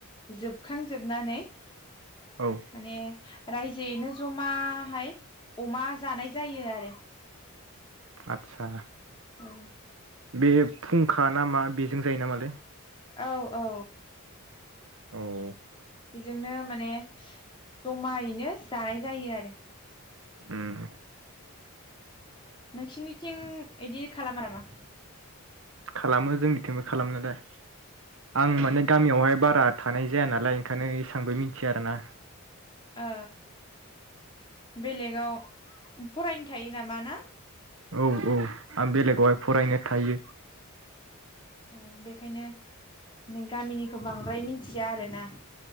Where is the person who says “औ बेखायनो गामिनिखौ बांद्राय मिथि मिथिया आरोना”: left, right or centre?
Left